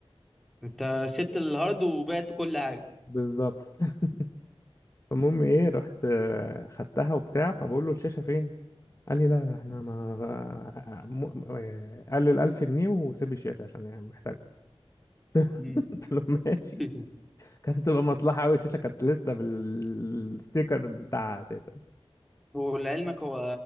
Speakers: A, in the centre; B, on the left.
A: انت سبت الهارد وبعت كل حاجه
B: بالظبط <laughs> المهم ايه رحت آه، خدتها وبتاع فبقول له الشاشه فين قال لي لا لا، احنا ما غ- م- آه، قال لي ال 1000 جنيه وسيب الشاشه عشان يعني محتاجها <laughs>
A: مم.
B: قلت له ماشي
A: <laughs>
B: كانت هتبقى مصلحة أوي الشاشة كانت لسه بالستيكر بتاعها أساسا
A: ولعلمك هو